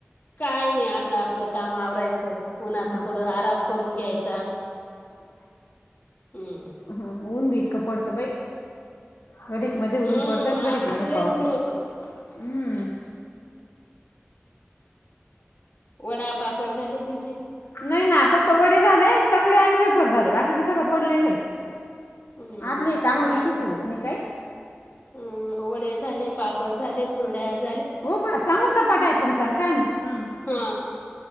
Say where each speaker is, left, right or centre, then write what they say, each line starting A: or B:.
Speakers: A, on the left (about 40°); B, on the left (about 65°).
A: काय नाही आपलं आपलं काम आवरायचं. उन्हाच
B: हां
A: थोडा आराम करून घ्यायचा. हम्म.
B: ह. ऊन बी इतकं पडत बाई. घडीक मध्ये
A: हम्म
B: ऊन पडतं आणि घडीक
A: आज
B: मध्ये
A: तर लय
B: पाऊस
A: ऊन
B: येतो.
A: होत
B: हम्म.
A: वडा पापड झाले तुमचे?
B: नाही ना. फक्त वडे झाले, चकल्या आणि वेफर झाले. बाकीच सगळं पडलेलं आहे.
A: हम्म
B: आपलली काम बी सुचू देत नाही काही.
A: हम्म, वडे झाले, पापड झाले, कुरड्या आज
B: हो बा चांगला चपाटा आहे तुमचा. काय न मग?
A: हा